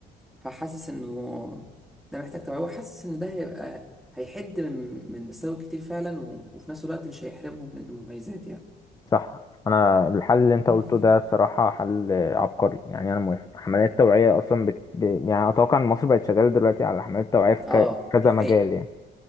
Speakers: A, in the centre; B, on the left (about 20°).
A: فحاسس انه ده محتاج توعيه وحاسس ان ده هيبقى هيحد من من مساوئ كتير فعلا و... وفي نفس الوقت مش هيحرمهم من المميزات يعني
B: صح انا الحل اللي انت
A: مم.
B: قلته ده الصراحة حل عبقري يعني انا موافق حملات توعية اصلا بت... ب... يعني اتوقع ان مصر بقت شغالة دلوقتي على حملات توعية في
A: اه
B: ك... كذا
A: دي حقيقة
B: مجال يعني